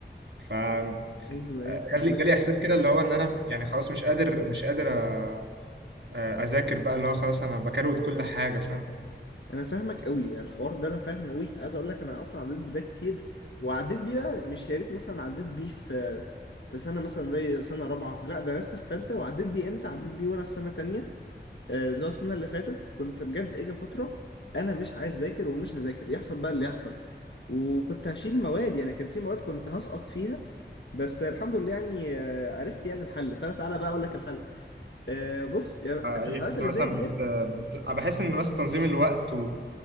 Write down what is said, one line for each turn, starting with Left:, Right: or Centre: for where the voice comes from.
Right: ف آه،
Left: ايوه ايوه فاهمك
Right: جالي جالي احساس كده اللي هو ان انا يعني خلاص مش قادر مش قادر آه، اذاكر بقى اللي هو خلاص انا بكروت كل حاجه فاهم
Left: انا فاهمك قوي يعني الحوار ده انا فاهمه قوي عايز اقول لك انا اصلا عديت بده كتير وعديت بيه بقى مش يا ريت مثلا عديت بيه في في سنه مثلا زي سنه رابعه لا ده أنا لسه في ثالثه وعديت بيه امتى عديت بيه وانا في سنه تانية آه، اللي هو السنه اللي فاتت كنت بجد اجى فتره انا مش عايز اذاكر ومش هذاكر يحصل بقى اللي يحصل وكنت هشيل مواد يعني كان في مواد كنت هسقط فيها بس الحمد لله يعني آه، عرفت يعني الحل فانا تعالى بقى اقول لك الحل آه، بص يعني
Right: آه،
Left: في
Right: ايه
Left: الحالات
Right: كنت
Left: اللي
Right: مثلا
Left: زي ديت
Right: بت... بت... بحس ان مثلا تنظيم الوقت و...